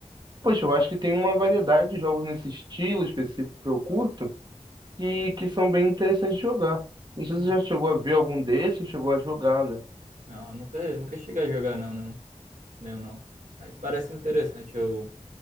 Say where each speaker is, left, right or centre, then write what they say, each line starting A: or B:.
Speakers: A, on the right; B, on the right.
A: Poxa, eu acho que tem uma variedade de jogos nesse estilo específico que eu curto e que são bem interessantes de jogar. Não
B: Hum,
A: sei se você já chegou a ver algum desses ou chegou a jogar, né?
B: não, nunca, nunca cheguei a jogar, não, não. Nenhum, não. Mas parece interessante o,